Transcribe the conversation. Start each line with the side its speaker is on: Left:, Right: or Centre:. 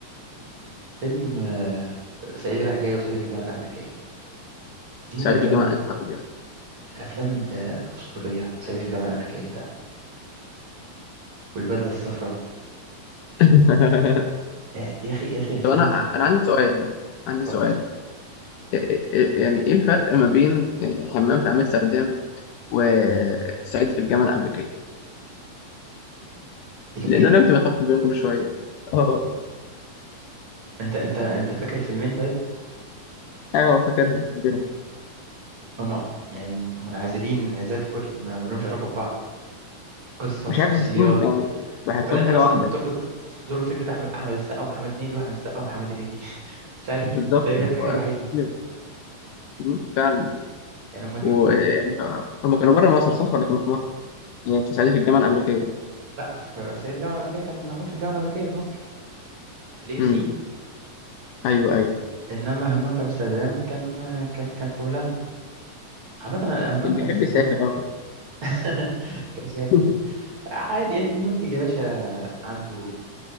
Right: فيلم آه، صعيدي رايح جاي وصعيدي في الجامعه الامريكيه دي
Left: سعيد
Right: من الافلام
Left: في الجامعه إيه الهرب يعني
Right: الافلام ال- الاسطوريه صعيدي في الجامعه الامريكيه ده والبدله الصفراء
Left: <laughs>
Right: يا يا اخي يا اخي الفيلم
Left: طب انا انا عندي سؤال عندي سؤال
Right: اتفضل
Left: إيه- إيه- إيه- يعني ايه الفرق ما بين إيه، حمام في امستردام وسعيد في الجامعة الأمريكية
Right: الفرق
Left: لأن أنا كنت بتفق بينهم كل شوية <laughs> أه
Right: انت انت انت فاكر الفيلمين طيب
Left: أه فاكرهم فاكرهم
Right: هم يعني منعزلين انعزال كلي ما ما لهمش علاقه ببعض قصه
Left: مش
Right: وشخصيات
Left: عارف بحسهم يعني بحسهم
Right: ولا انت
Left: حاجة
Right: مثلا
Left: واحدة
Right: بتربط بتربط فكره احمد احمد السقا ومحمد هنيدي واحمد السقا ومحمد هنيدي <laughs> مش عارف
Left: بالظبط
Right: تقريبا الحاجه
Left: هو-
Right: الوحيده
Left: مم، <laughs> فعلا
Right: يعني هم دول
Left: ويعني هم كانوا بره مصر صح ولا كانوا في مصر؟ يعني في سعيد في الجامعة الأمريكية
Right: لا في صعيدي في الجامعه الامريكيه كان معمول في الجامعه الامريكيه في مصر في الاي يو
Left: امم
Right: سي
Left: أيوه أيوه
Right: انما همام في امستردام كان كان كان في هولندا عامة همام
Left: كان
Right: في
Left: بيحب
Right: امستردام
Left: يسافر أوي
Right: <laughs> كان بيحب
Left: <laughs>
Right: يزن عادي المنتج يا باشا عنده